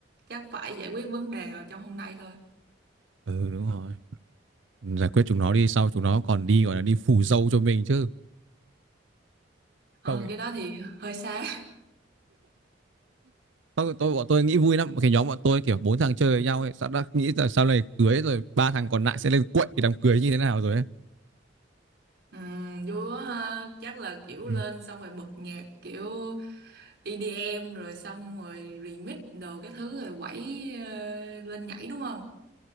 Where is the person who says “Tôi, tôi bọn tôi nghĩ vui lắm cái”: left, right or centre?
Right